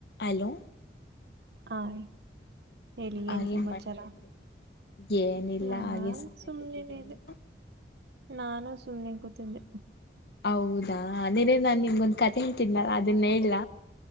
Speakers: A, on the left (about 65°); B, on the right (about 75°).
A: Hello
B: hi ಹೇಳಿ
A: ಆ
B: ಏನ್ ಸಮಾಚಾರ?
A: ಮಾಡ್ತಾ ಇದ್ರಿ ಏನಿಲ್ಲ
B: ನಾನ
A: ಹಾಗೆ ಸುಮ್ನೆ
B: ಸುಮ್ಮ್ನೆ
A: ಕೂತಿದ್ದೆ
B: ನಿದೆ.
A: ನೀವು
B: ನಾನು ಸುಮ್ನೆ ಕೂತಿದ್ದೆ.
A: ಹೌದಾ ನೀನೇ ನಾನ ನೀಂಗೊಂದ್ ಕತೆ ಹಳ್ತಿದ್ನಲ್ಲ ಅದನ್ನ ಹೇಳ?